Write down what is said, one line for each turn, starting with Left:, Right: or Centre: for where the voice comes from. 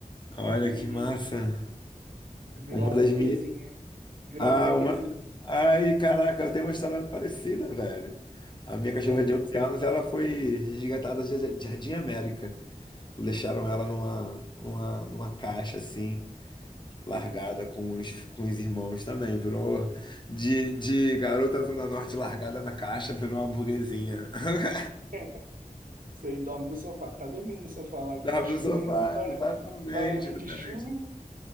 Left: olha
Right: Aí eu peguei.
Left: que massa.
Right: Virou
Left: Uma
Right: uma
Left: das
Right: burguesinha.
Left: minhas.
Right: Virou
Left: Ah,
Right: uma burguesinha.
Left: uma. Ai, caraca, eu tenho uma história parecida, velho. A minha cachorra
Right: Né?
Left: de 11 anos, ela foi resgatada de de Jardim América. Deixaram ela numa, numa, numa caixa, assim, largada
Right: Uhum.
Left: com os, com os irmãos também. Virou de, de garota Zona Norte largada na caixa, virou uma burguesinha. <laughs>
Right: <laughs> Isso aí dorme no sofá. Tá dormindo no sofá lá agora.
Left: Dava
Right: Chovendo,
Left: no sofá,
Right: bar...
Left: exatamente,
Right: barulhinho
Left: exatamente.
Right: de chuva.